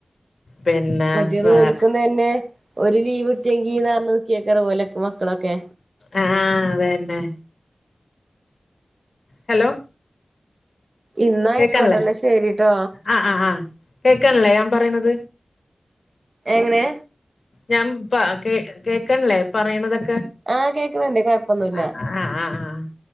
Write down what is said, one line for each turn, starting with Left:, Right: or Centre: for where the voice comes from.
Left: പിന്നെ
Right: മറ്റേത്
Left: വേറെ
Right: ഓലിക്കനന്നെ ഒരു ലീവ് കട്ടിയെങ്കിന്ന പറഞ് നക്കിയക്കറ് ഓലൊക്കെ മക്കളൊക്കെ
Left: ആഹ് അതന്നെ ഹലോ
Right: ഇന്നായിക്കോട്ടെ
Left: കേക്കാണില്ലേ
Right: ന്ന ശരിട്ടോ
Left: ആഹ് ആഹ് ആഹ് കേൾക്കണില്ലേ ഞാൻ പറയണത്
Right: ഏങ്ങനെ
Left: ഞാൻ പ കേ കേക്കണ്ല്ലേ പറയണതൊക്കെ
Right: ആഹ് കേക്കണ്ണ്ട് കൊഴപ്പൊന്നുല്ല
Left: ആഹ് ആഹ് ആഹ് ആഹ്